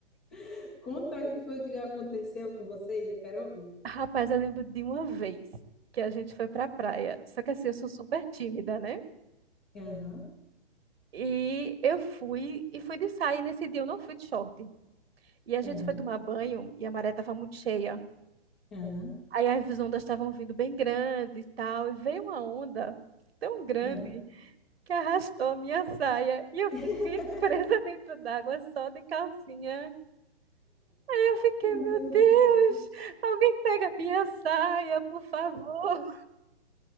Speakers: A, in the centre; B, on the right (about 65°).
A: <laughs> Conta aí o que foi que já aconteceu com vocês, eu quero ouvir.
B: Rapaz, eu lembro de uma vez que a gente foi pra praia. Só que assim, eu sou super tímida, né?
A: Aham,
B: E eu fui e fui de saia. E nesse dia eu não fui de short. E a gente
A: aham,
B: foi tomar banho e a maré estava muito cheia.
A: aham,
B: Aí as ondas estavam vindo bem grande e tal. E veio uma onda tão grande
A: aham.
B: que arrastou a minha saia. E eu fiquei
A: <laughs>
B: presa dentro d'água só de calcinha. E eu fiquei,
A: Meu
B: meu Deus,
A: Deus.
B: alguém pega minha saia, por favor.